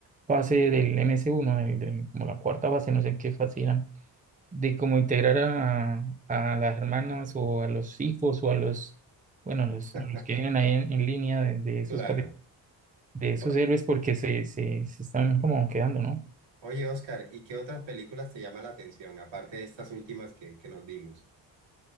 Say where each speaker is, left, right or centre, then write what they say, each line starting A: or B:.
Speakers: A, on the right (about 15°); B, on the right (about 70°).
A: fase del MS1, del- del- como la cuarta fase, no sé qué fase eran, de cómo integrar a, a las hermanas o a los hijos o a los, bueno, a los,
B: <laughs>
A: a los que vienen ahí en, en línea de, de esos
B: Claro.
A: de esos
B: O-
A: héroes porque se, se, se están como quedando, ¿no?
B: oye, Oscar, ¿y qué otras películas te llama la atención, aparte de estas últimas que, que nos vimos?